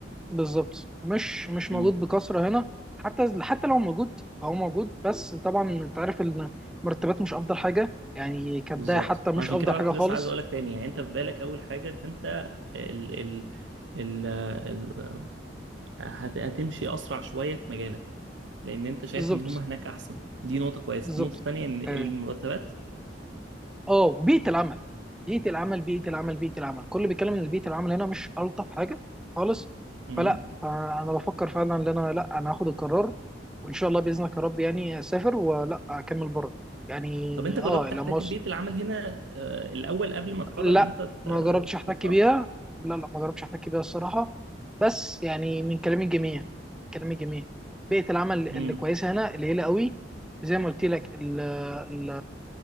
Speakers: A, in the centre; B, on the right.
A: بالظبط مش مش موجود
B: امم
A: بكثره هنا حتى حتى لو موجود فهو موجود بس طبعا انت عارف ان المرتبات مش افضل حاجه يعني كبدايه
B: بالظبط
A: حتى مش
B: ما عشان
A: افضل
B: كده بقى
A: حاجه
B: كنت
A: خالص
B: لسه عايز اقولك تاني يعني انت في بالك اول حاجه ان انت ال ال ال ال هت- هتمشي اسرع شويه في مجالك لان انت شايف
A: بالظبط
B: ان هم هناك احسن دي نقطه كويسه
A: بالظبط
B: النقطه التانيه ان المرتبات
A: آه. اه بيئه العمل بيئه العمل بيئه العمل بيئه العمل كل بيتكلم ان بيئه العمل هنا مش الطف حاجه خالص
B: امم
A: فلا فانا بفكر فعلا ان انا لا انا هاخد القرار وان شاء الله باذنك يا رب يعني اسافر ولا اكمل بره يعني
B: طب انت جربت
A: اه لما
B: تحتك
A: أص...
B: ببيئه العمل هنا آه، الاول قبل ما تقرر
A: لا
B: ان انت ت-
A: ما جربتش احتك
B: تطلع
A: بيها لا لا ما جربتش احتك بيها الصراحه بس يعني من كلام الجميع كلام الجميع بيئه العمل اللي
B: امم
A: كويسه هنا قليله قوي زي ما قلت لك ال-